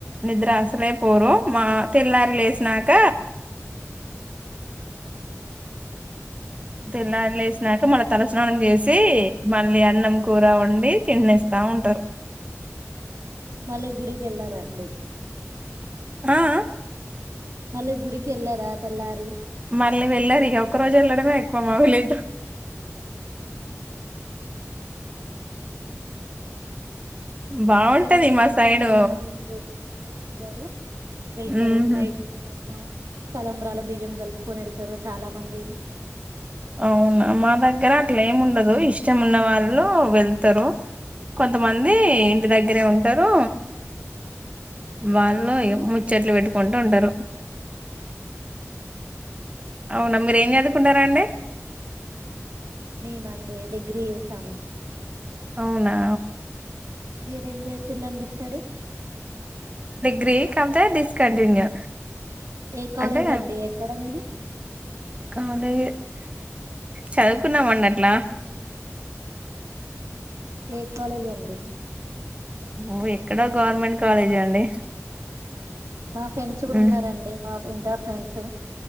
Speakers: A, on the right; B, on the right.
A: నిద్ర అసలే పోరు మా తెల్లారి లేసినాక
B: హ్మ్
A: తెల్లారి లేసినాక మళ్ళీ తలస్నానం చేసి మళ్ళీ అన్నం కూర వండి తినేస్తా ఉంటారు
B: మళ్ళీ గుడికేళ్ళార అండి
A: ఆ ఆ
B: మళ్ళీ గుడికి ఎల్లారా తెల్లారి
A: మళ్ళీ వెళ్ళరిగ ఒక్క రోజు ఎళ్ళడమే ఎక్కువ మా విలేజ్లో
B: మా
A: బాగుంటది
B: దగ్గర శివుని
A: మా సైడు
B: కళ్యాణం అనేది జరుగుతాదండి అందరూ వెళ్తరు
A: ఉహు
B: నైట్ టైమ్ తలంబ్రాల బియ్యం కలుపుకొని ఎళ్తారు చాలా మంది
A: అవునా మా దగ్గర అట్ల ఏముండదు. ఇష్టం ఉన్న వాళ్ళు వెళ్తారు. కొంతమంది ఇంటి దగ్గరే ఉంటారు. వాళ్ళు ముచ్చట్లు పెట్టుకుంటు ఉంటారు. అవునా, మీర్ ఏం చదువుకున్నారండి?
B: మేమండి డిగ్రీ చేసాము.
A: అవునా
B: మీరేం చేసిల్లండి స్టడీ?
A: గ్రీక్ అంతె డిస్కంటిన్యూ.
B: ఏ కాలేజ్
A: అంటే,
B: అండి ఎక్కడ మీది
A: కాలె చదువుకున్నామండి అట్ల.
B: ఏ కాలేజ్ అండి?
A: నువ్వు ఎక్కడ గవర్నమెంట్ కాలేజ్ అండి.
B: అవునా! మా ఫ్రెండ్స్ కూడ
A: ఉమ్
B: ఉన్నారండి. పాపు ఇంటారు ఫ్రెండ్స్.